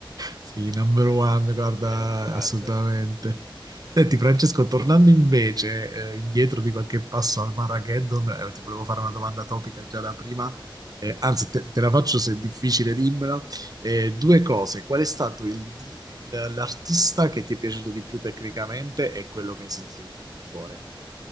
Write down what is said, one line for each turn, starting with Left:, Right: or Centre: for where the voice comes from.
Right: Sì, number one, guarda,
Centre: È un grande.
Right: assolutamente. Senti, Francesco, tornando invece eh, indietro di qualche passo al Marrageddon, eh, ti volevo fare una domanda topica già da prima, eh, anzi te, te la faccio se è difficile, dimmela. Eh, due cose, qual è stato il di- il- l'artista che ti è piaciuto di più tecnicamente e quello che hai sentito di più col cuore?